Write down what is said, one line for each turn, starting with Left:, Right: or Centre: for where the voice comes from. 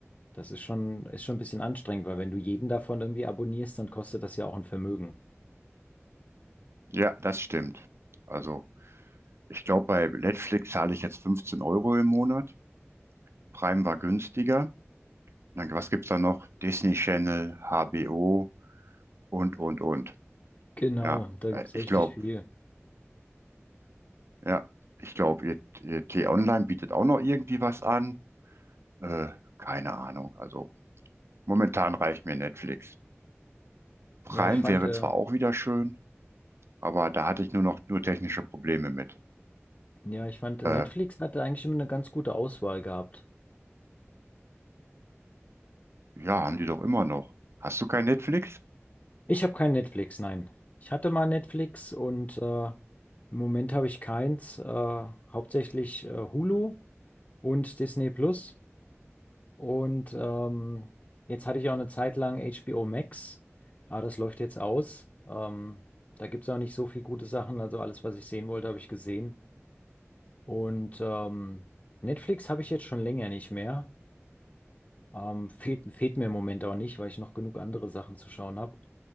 Left: das ist schon, ist schon ein bisschen anstrengend, weil wenn du jeden davon irgendwie abonnierst, dann kostet das ja auch ein Vermögen.
Right: ja, das stimmt. Also Ich glaube, bei Netflix zahle ich jetzt 15 Euro im Monat. Prime war günstiger. Dann, was gibt's da noch? Disney Channel, HBO und, und, und.
Left: Genau,
Right: Ja,
Left: da
Right: äh,
Left: gibt es
Right: ich
Left: richtig
Right: glaube,
Left: viel.
Right: ja, ich glaube, ihr, ihr T-Online bietet auch noch irgendwie was an. Äh, keine Ahnung. Also momentan reicht mir Netflix. Prime
Left: Ja, ich fand,
Right: wäre
Left: äh,
Right: zwar auch wieder schön, aber da hatte ich nur noch nur technische Probleme mit.
Left: ja, ich fand, Netflix
Right: Äh,
Left: hatte eigentlich immer eine ganz gute Auswahl gehabt.
Right: ja, haben die doch immer noch. Hast du kein Netflix?
Left: Ich habe kein Netflix, nein. Ich hatte mal Netflix und äh, im Moment habe ich keins, äh, hauptsächlich äh, Hulu und Disney Plus. Und ähm, jetzt hatte ich auch eine Zeit lang HBO Max, aber das läuft jetzt aus. Ähm, da gibt es auch nicht so viel gute Sachen. Also alles, was ich sehen wollte, habe ich gesehen. Und ähm, Netflix habe ich jetzt schon länger nicht mehr. Ähm, fehlt, fehlt mir im Moment auch nicht, weil ich noch genug andere Sachen zu schauen habe,